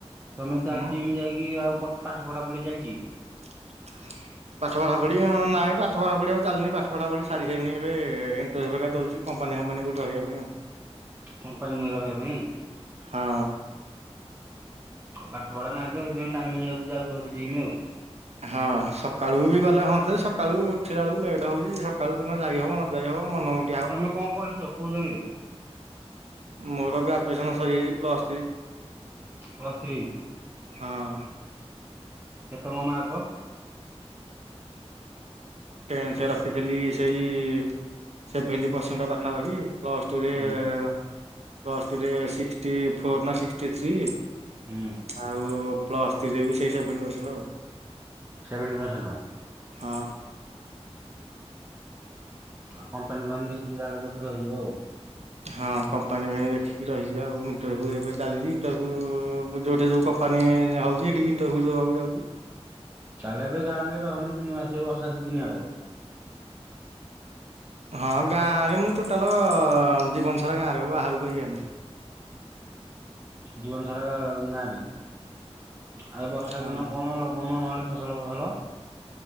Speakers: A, on the right; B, on the right.
A: ତମେ ତାହଲେ
B: ହୁଁ
A: ଜିମି ଯାଇକି ଆଉ ପାଠ ପଢା ପଢି ଚାଲିଛି।
B: <inaudible> ପାଠ ପଢା ପଡି ହଁ ନାଇଁ ପାଠପଡି ଆଉ ଚାଲିଣି ପାଠ ପଢା ପଡି ଛାଢି ସାରିଲଣି ଏ ଏଣ୍ଟରଭିଉ ହେଇକା ଦଉଛି କମ୍ପାନି ଫମ୍ପାନୀ କୋଉଠି ରହିବା ପାଇଁ ଆଉ।
A: କମ୍ପାନୀ ରେ ରହିବା ପାଇଁ
B: ହଁ
A: ଆଉ ପାଠ ପଢା ନାହିଁ ତ। ସେଥିପାଇଁ ଟାଇମ ହେଇଯାଉଛି ଯାଉଥିଲ ଜିମ ଆଉ।
B: ହଁ ସକାଳୁ ବି ଗଲେ ହନ୍ତେ ସକାଳୁ ଉଠିଲା ବେଳକୁ ଲେଟ ହଉଛି ସକାଳୁ କଣ ଯାଇହବ ନ ଯାଇହବ ମନ ମୁ
A: ତମେ କଣ ପଢିଛ। କୋଉଜାକେ?
B: ମୋର ଗ୍ରାଜୁଏସନ ସରିଯାଇଛି ପ୍ଲସ ଥ୍ରୀ।
A: Plus three.
B: ହଁ ଅ।
A: କେତେ ମ ମାର୍କ?
B: ଟେନଥରେ ରଖିଥିଲି ସେଇ ସେଭେଣ୍ଟି ପରସେଣ୍ଟ ପାଖାପାଖି ପ୍ଲସ ଟୁରେ
A: ହୁଁ
B: ପ୍ଲସଟୁରେ ସିଷ୍ଟୀ ଫୋର୍ ନା ସିକଷ୍ଟି ଥ୍ରୀ।
A: ହୁଁ
B: ଆଉ ପ୍ଲସ ଥ୍ରିରେ ବି ସେଇ ସେଭେନ ପର୍ସେଣ୍ଟ ଆଉ।
A: Seventy percent?
B: ହଁ।
A: କମ୍ପାନୀ ଫମ୍ପାନୀ ଦେଖିକି ତାହେଲେ କୋଉଠି ରହିଯିବ ଆଉ।
B: ହଁ କମ୍ପାନୀ ପାଇଁ ଦେଖିକି ରହିଛି ଆଉ ଇଣ୍ଟରଭ୍ୟୁ ଏବେ ଚାଲିଛି ଇଣ୍ଟରଭ୍ୟୁ ଯୋଉଠି ଯୋଉ କମ୍ପାନୀ ଆଉଛି। ସେଠି ଇଣ୍ଟରଭିୟୁ ଦେବାକୁ ଯାଉଛି।
A: ତାହେଲେ ଏବେ ଗାଁ ରେ ରହନି। ତିିନି ମାସ ବର୍ଷା ସିଜିନ ଆକ।
B: ହଁ ଗାଁ ରେ ମୁଁ ଟୋଟାଲ ଜୀବନ ସାରା ଗାଁ ରେ ବାହାରକୁ ଆଉ ଯିବାର ନାହିଁ।
A: ଜୀବନ ସାରା ଗାଁରେ ଆରେ ବର୍ଷା
B: ହଁ
A: ଦିନ କଣ ଲଗଉନ ନହେଲେ ଫସଲ ଫସଲ।